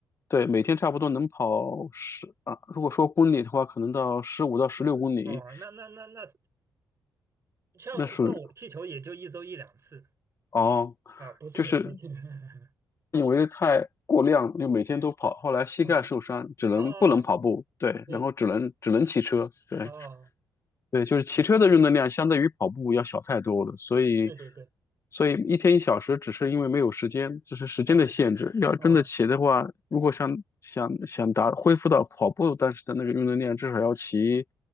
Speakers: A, on the left; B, on the right.
A: 对每天差不多能跑十啊，如果说公里的话，可能到十五到十六公里，
B: 哦，那那那那，像像我踢球也就一周一两次
A: 那属于哦，
B: 啊，不是每天踢。
A: 就是
B: <laughs>
A: 因为太过量，就每天都跑，后来膝盖受伤，
B: 哦
A: 只能不能跑步，
B: 哦，
A: 对，
B: 对，
A: 然后只能只能骑车，对。
B: 哦，
A: 对，就是骑车的运动量相对于跑步要小太多了，所以，
B: 对对对，
A: 所以一天一小时只是因为没有时间，这是时间的限制。
B: 哦
A: 要真的骑的话，
B: 哦
A: 如果想想想达恢复到跑步当时的那个运动量，至少要骑